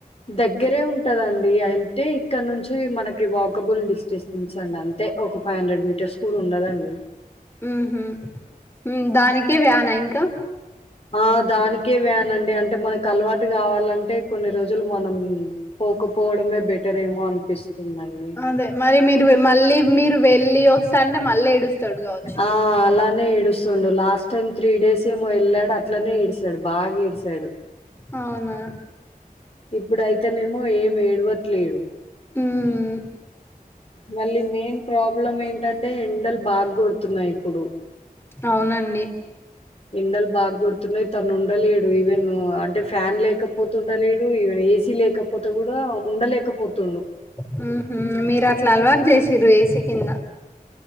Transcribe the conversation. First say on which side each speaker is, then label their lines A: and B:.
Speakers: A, on the left (about 40°); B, on the left (about 15°).
A: దగ్గరే ఉంటదండి అంటే ఇక్కడ నుంచి మనకి వాకబుల్ డిస్టెన్స్ ఉంచండి అంతే ఒక ఫైవ్ హండ్రెడ్ మీటర్స్ కూడా ఉండదండి
B: హు హామ్ దానికే వ్యాన ఇంకా
A: ఆ దానికే వ్యానండి అంటే మనకు అలవాటు కావాలంటే కొన్ని రోజులు మనం పోకపోవడమే బెటర్ ఏమో అనిపిస్తుందండి
B: అదే మరి మీరు మళ్ళీ మీరు వెళ్ళి వస్తా అంటే మళ్ళీ ఏడుస్తాడు కావచ్చు
A: ఆ అలానే ఏడుస్థున్డు లాస్ట్ టైమ్ త్రీ డేస్ ఏమో వెళ్ళాడు అట్లనే ఏడిశాడు బాగా ఏడిశాడు
B: అవునా
A: ఇప్పుడైతేనేమో ఏం ఏడవట్లేదు
B: ఉం
A: మళ్ళీ మెయిన్ ప్రాబ్లం ఏంటంటే ఎండలు బాగ కొడుతున్నాయి ఇప్పుడు
B: అవునండి
A: ఎండలు బాగా కొడుతున్నాయి తను ఉండలేడు ఈవెన్ అంటే ఫ్యాన్ లేకపోతు ఉండలేడు ఈవెన్ ఏసీ లేకపో పోతే కూడా ఉండలేకపోతుండు
B: హు హామ్ మీరు అట్లా అలవాటు చేసిర ఏసి కింద